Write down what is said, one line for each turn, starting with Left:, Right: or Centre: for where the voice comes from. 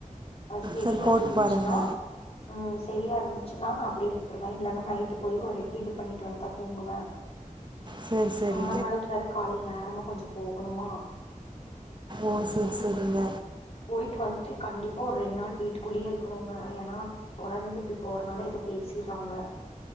Left: அது செரியா
Right: சரி போட்டு
Left: இருந்துச்சுன்னா
Right: பாருங்க
Left: ம் சரியா இருந்துச்சுன்னா நா அப்டியே விட்டுருவே இல்லன்னா நைட்டு போய் ஒரு எட்டு இது பண்ணிட்டு வந்தா தூங்குவே
Right: செர் செரி
Left: நாள நாளைக்கு வேற காலைல நேரமா கொஞ்ச போகணுமா
Right: ஓ செரி செரிங்க
Left: போயிட்டு வந்துட்டு கண்டிப்பா ஒரு ரெண்டு நாள் வீட்டு குள்ளயே இருக்கணுங்க ஏன்னா தொடர்ந்து இப்டி போறனால எதோ பேசிறாங்க